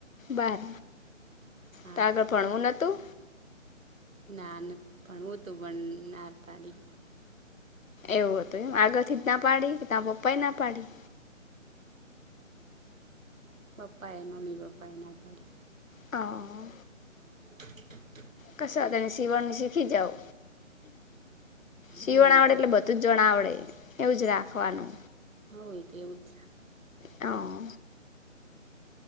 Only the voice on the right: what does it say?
હા
નાન ભણવું તું પણ ના પાડી.
પપ્પા એ મમ્મી પપ્પા એ ના પાડી.
<inaudible>
હોય
તો
હો, એ તો એવુ જ